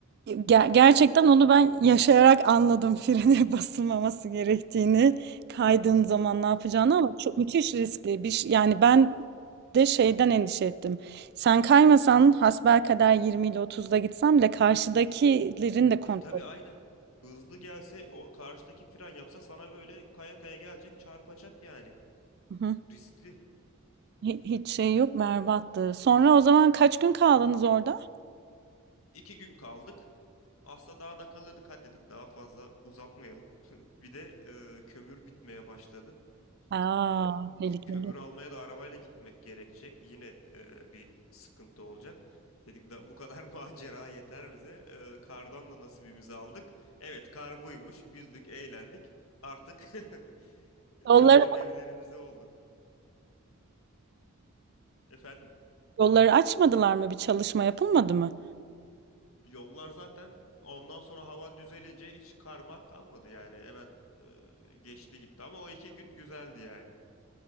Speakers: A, on the right; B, on the left.
A: Ger- gerçekten onu ben yaşayarak anladım <laughs> frene basılmaması gerektiğini, kaydığın zaman ne yapacağını ama çok müthiş riskli. Bir, ş- yani ben de şeyden endişe ettim. Sen kaymasan hasbelkader 20 ile 30'da gitsem bile karşıdakilerin de
B: Bir,
A: kontrol.
B: tabii aynen. Hızlı gelse o karşıdaki fren yapsa sana böyle kaya kaya gelecek çarpacak yani.
A: Hı hı.
B: Riskli.
A: Hi- Hiç şey yok berbattı. Sonra o zaman kaç gün kaldınız orada?
B: İki gün kaldık. Aslında daha da kalırdık hadi dedik daha fazla uzatmayalım. <laughs> Bir de e, kömür bitmeye başladı.
A: Aa,
B: E,
A: tehlikeli.
B: k- kömür almaya da arabayla gitmek gerekecek. Yine e, bir sıkıntı olacak. Dedik da bu kadar <laughs> macera yeter bize. E, kardan da nasibimizi aldık. Evet kar buymuş. Güldük, eğlendik. Artık <laughs>
A: Yolları,
B: dönelim evlerimize olduk. Efendim?
A: yolları açmadılar mı? Bir çalışma yapılmadı mı?
B: Yollar zaten ondan sonra hava düzelince hiç karmar kalmadı yani hemen e, geçti gitti ama o iki gün güzeldi yani.